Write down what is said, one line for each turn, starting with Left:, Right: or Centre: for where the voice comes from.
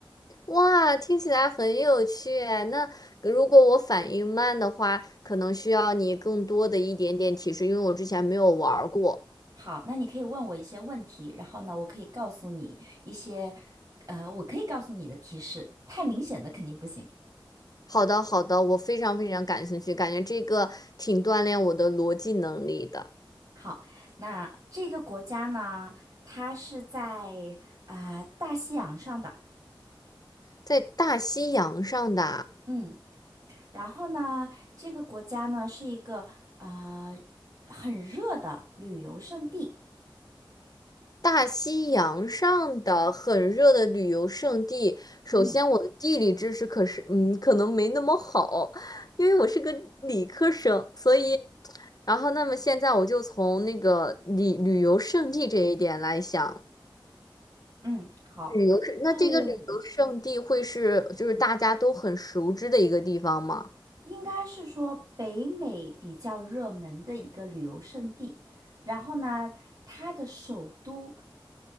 Left: 哇，听起来很有趣诶那如果我反应慢的话，可能需要你更多的一点点提示，因为我之前没有玩儿过。
Right: 好，那你可以问我一些问题，然后呢，我可以告诉你一些，呃，我可以告诉你的提示，太明显的肯定不行。
Left: 好的，好的，我非常非常感兴趣，感觉这个挺锻炼我的逻辑能力的。
Right: 好，那这个国家呢，它是在啊、大西洋上的，
Left: 在大西洋上的啊
Right: 嗯。然后呢，这个国家呢是一个呃很热的旅游胜地。
Left: 大西洋上的很热的旅游胜地，首先我的地理知识可是，
Right: 嗯
Left: 嗯，可能没那么好，因为我是个理科生，所以，然后那么现在我就从那个旅旅游胜地这一点来想，
Right: 嗯，好，
Left: 旅游是，
Right: 是
Left: 那这个旅游胜地会是就是大家都很熟知的一个地方吗？
Right: 应该是说北美比较热门的一个旅游胜地。然后呢，它的首都